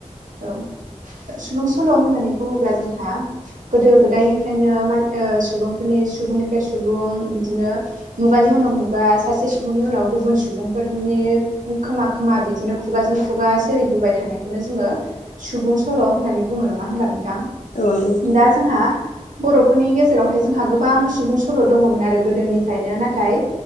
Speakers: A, on the right (about 85°); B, on the left (about 70°).
A: औ सुबुं सल' होननानै बुङोब्ला जोंहा गोदो गोदायनिफ्रायनो सुबुंफोरनि सुबुंनिफ्राय सुबुं बिदिनो मुगानि उनाव मुगा सासे सुबुंनि उनाव गुबुन सुबुंफोरनि नि खोमा खोमा बिदिनो खुगाजों खुगा सोलिबोबाय थानायखौनो जोङो सुबुं सल' होननानै बुङो नङा होमबा नोंथां।
B: औ नंगौ नोंथां
A: दा जोंहा बर'फोरनि गेजेरावहाय जोंहा गोबां सुबुं सल' दङमोन आरो गोदोनिफ्रायनो नाथाय